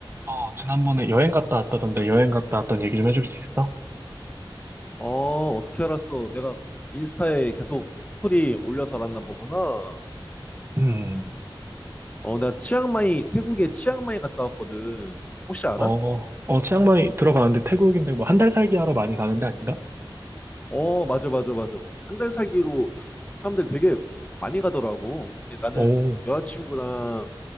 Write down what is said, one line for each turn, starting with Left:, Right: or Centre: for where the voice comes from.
Right: 어, 지난번에 여행 갔다 왔다던데 여행 갔다 왔던 얘기 좀 해줄 수 있어?
Left: 어, 어떻게 알았어? 내가 인스타에 계속 스토리 올려서 알았나 보구나.
Right: 음,
Left: 어, 나 치앙마이, 태국에 치앙마이 갔다 왔거든. 혹시 알아?
Right: 어, 어, 치앙마이 들어가는데 태국인데 뭐 한 달 살기 하러 많이 가는데 아닌가?
Left: 어, 맞아, 맞아, 맞아. 한 달 살기로 사람들 되게 많이 가더라고. 근데 나는
Right: 오,
Left: 여자친구랑